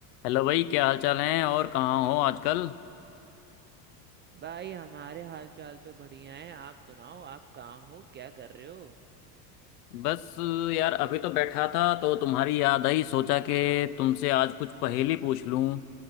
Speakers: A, on the left (about 75°); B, on the right (about 25°).
A: Hello भाई क्या हाल चाल है और कहाँ हो आजकल
B: भाई हमारे हाल चाल तो बढ़िया है आप सुनाओ आप कहाँ हो क्या कर रहे हो
A: बस यार अभी तो बैठा था तो तुम्हारी याद आई सोचा कि तुमसे आज कुछ पहेली पूछ लूं